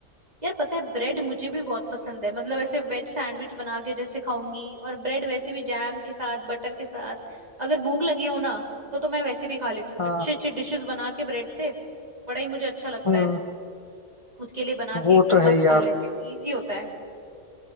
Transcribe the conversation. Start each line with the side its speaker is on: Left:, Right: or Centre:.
Right: यार पता है ब्रेड मुझे भी बहुत पसंद है मतलब ऐसे वेज सैंडविच बना के जैसे खाऊंगी और ब्रेड वैसे भी जैम के साथ बटर के साथ अगर भूख लगी हो ना तो तो मैं वैसे भी खा लेती हूँ
Left: हाँ
Right: अच्छे अच्छे डिशेस बना के ब्रेड से बड़ा ही मुझे अच्छा लगता
Left: हम्म
Right: है खुद के लिए बना के
Left: वो
Right: एकदम
Left: तो है
Right: मस्त
Left: ही
Right: खा
Left: यार
Right: लेती हूँ इजी होता है